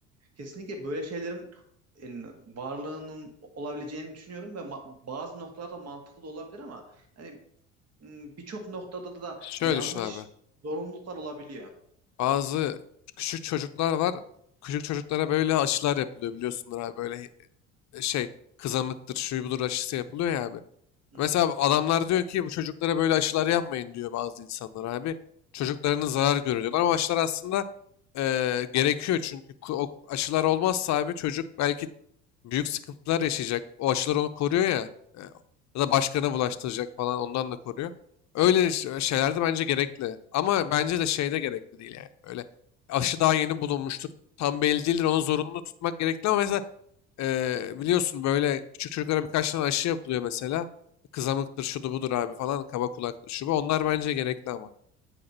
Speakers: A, on the right; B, on the left.
A: Kesinlikle böyle şeylerin en, varlığının olabileceğini düşünüyorum ve ma- bazı noktalarda mantıklı da olabilir ama hani m, birçok noktada da da hani
B: Şöyle
A: yanlış
B: düşün abi.
A: zorunluluklar olabiliyor.
B: Bazı küçük çocuklar var. Küçük çocuklara böyle aşılar yapılıyor biliyorsunuz abi. Böyle e, şey kızamıktır, şu budur aşısı yapılıyor ya abi.
A: Hı
B: Mesela
A: hı.
B: adamlar diyor ki bu çocuklara böyle aşılar yapmayın diyor bazı insanlar abi. çocuklarının zarar görüyor diyorlar ama aşılar aslında eee, gerekiyor çünkü ku- o aşılar olmazsa abi çocuk belki büyük sıkıntılar yaşayacak. O aşılar onu koruyor ya e, ya da başkana bulaştıracak falan ondan da koruyor. Öyle ş- şeyler de bence gerekli ama bence de şeyde gerekli değil yani. Öyle aşı daha yeni bulunmuştur tam belli değildir onu zorunlu tutmak gerekli ama mesela Eee, biliyorsun böyle küçük çocuklara birkaç tane aşı yapılıyor mesela. Kızamıktır, şudur budur abi falan, kaba kulaktır, şu bu. Onlar bence gerekli ama.